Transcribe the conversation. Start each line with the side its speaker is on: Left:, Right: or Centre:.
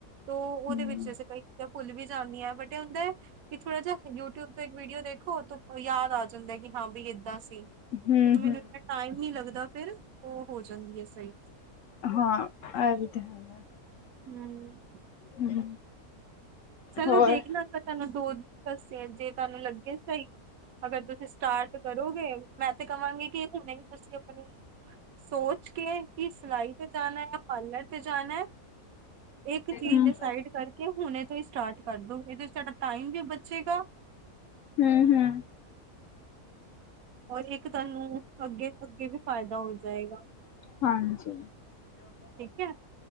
Right: ਤੋ
Left: ਹੂੰ
Right: ਉਹਦੇ ਵਿੱਚ ਅਸੀਂ ਕਈ ਚੀਜ਼ਾਂ ਭੁਲ ਵੀ ਜਾਂਦੀਆਂ ਬਟ ਇਹ ਹੁੰਦਾ ਵੀ ਥੋੜਾ ਜਿਹਾ ਯੂਟਿਊਬ ਤੋਂ ਇੱਕ ਵੀਡੀਓ ਦੇਖੋ ਉਹ ਤੋਂ ਯਾਦ ਆ ਜਾਂਦਾ ਐ ਕਿ ਹਾਂ ਬ ਏਦਾਂ ਸੀ।
Left: ਹੂੰ।
Right: ਮੈਨੂੰ ਇੰਨਾ ਟਾਈਮ ਨੀ ਲੱਗਦਾ ਫੇਰ, ਉਹ ਹੋ ਜਾਂਦੀ ਐ ਸਈ।
Left: ਹਾਂ, ਐ ਰੀ ਤੇ ਹੈ।
Right: ਹੂੰ।
Left: ਹੂੰ।
Right: ਚਲੋ
Left: ਹੋਰ
Right: ਦੇਖਣਾ ਪਤਾ ਨਾ ਦੁ ਦੱਸਿਆ ਜੇ ਤੁਆਨੂੰ ਲੱਗੇ ਸਈ, ਅਗਰ ਤੁਸੀਂ ਸਟਾਰਟ ਕਰੋਗੇ ਮੈਂ ਤੇ ਕਵਾਂਗੀ ਕਿ ਹੁਣੇ ਹੀ ਤੁਸੀਂ ਅਪਣੀ ਸੋਚ ਕੇ ਕਿ ਸਿਲਾਈ ਤੇ ਜਾਣਾ ਯਾ ਪਾਰਲਰ ਤੇ ਜਾਣਾ? ਇੱਕ ਚੀਜ਼
Left: ਹੂੰ।
Right: ਡਿਸਾਈਡ ਕਰਕੇ ਹੁਣੇ ਤੋਂ ਸਟਾਰਟ ਕਰਦੋ, ਇਹਦੇ ਚ ਤੁਆਡਾ ਟਾਈਮ ਵੀ ਬਚੇਗਾ
Left: ਹੂੰ, ਹੂੰ।
Right: ਓਰ ਇੱਕ ਤੁਆਨੂੰ ਅੱਗੇ, ਅੱਗੇ ਵੀ ਫਾਇਦਾ ਹੋ ਜਾਏਗਾ।
Left: ਹਾਂਜੀ।
Right: ਠੀਕ ਐ,